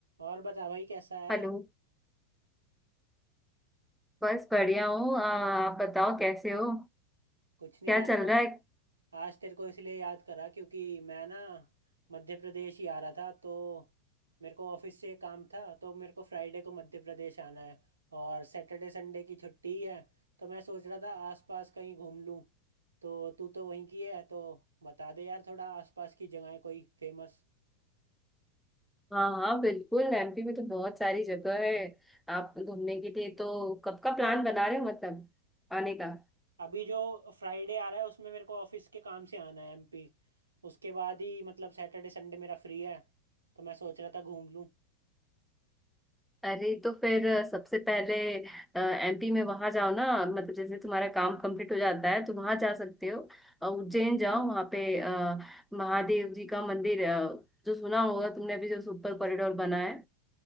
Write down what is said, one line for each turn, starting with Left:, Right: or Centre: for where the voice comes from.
Right: और बता भाई कैसा है
Centre: Hello बस बढ़िया हूँ आ, आप बताओ कैसे हो
Right: कुछ नहीं
Centre: क्या
Right: यार
Centre: चल रहा है
Right: आज तेरे को इसलिए याद करा क्योंकि मैं ना मध्य प्रदेश ही आ रहा था तो मेरे को ऑफिस से काम था तो मेरे को फ्राइडे को मध्य प्रदेश आना है और सैटरडे संडे की छुट्टी है तो मैं सोच रहा था आसपास कहीं घूम लूं तो तू तो वहीं की है तो बता दे यार थोड़ा आसपास की जगह कोई फेमस
Centre: हाँ हाँ बिल्कुल एमपी में तो बहुत सारी जगह है आप घूमने के लिए तो कब का प्लान बना रहे हो मतलब आने का
Right: अभी जो फ्राइडे आ रहा है उसमें मेरे को ऑफिस के काम से आना है एमपी उसके बाद ही मतलब सैटरडे संडे मेरा फ्री है तो मैं सोच रहा था घूम लूं
Centre: अरे तो फिर अ, सबसे पहले एमपी में वहां जाओ ना मतलब जैसे तुम्हारा काम कंप्लीट हो जाता है तो वहां जा सकते हो अ, उज्जैन जाओ वहां पे अ, महादेव जी का मंदिर अ, जो सुना होगा तुमने अभी जो सुपर कॉरिडोर बना है